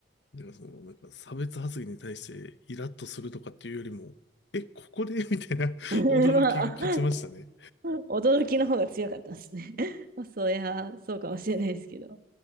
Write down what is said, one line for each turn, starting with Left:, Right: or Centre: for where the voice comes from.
Left: だからその、なんか差別発言に対してイラッとするとかっていうよりも、え、ここで <laughs> みたいな驚きが勝ちましたね。
Right: <laughs> まあ、<laughs> 驚きの方が強かったですね。<laughs> まあ、そういや、そうかもしれないですけど。